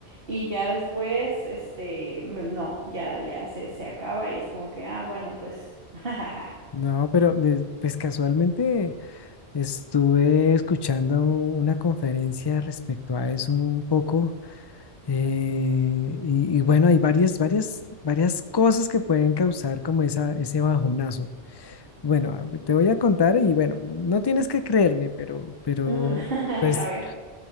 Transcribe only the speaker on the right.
y ya después, este, me- no, ya, ya se, se acaba y es como que, ah, bueno, pues, <laughs>
Mm, <laughs>
a ver,